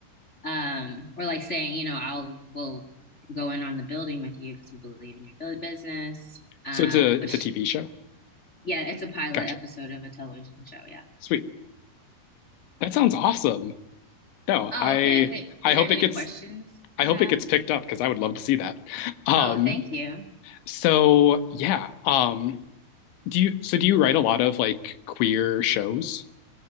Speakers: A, on the left; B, on the left.
A: um, or like saying, you know, I'll we'll go in on the building with you because we believe in your build business. Um,
B: So it's a
A: but
B: it's
A: sh
B: a TV show.
A: yeah, it's a pilot
B: Gotcha.
A: episode of a television show. Yeah.
B: Sweet. That sounds awesome. No,
A: Oh,
B: I
A: okay. I think is
B: I
A: there
B: hope
A: any
B: it gets
A: questions you
B: I hope
A: have?
B: it gets picked up because I would love to see that. Um,
A: Oh, thank you.
B: so yeah. Um, do you so do you write a lot of like queer shows?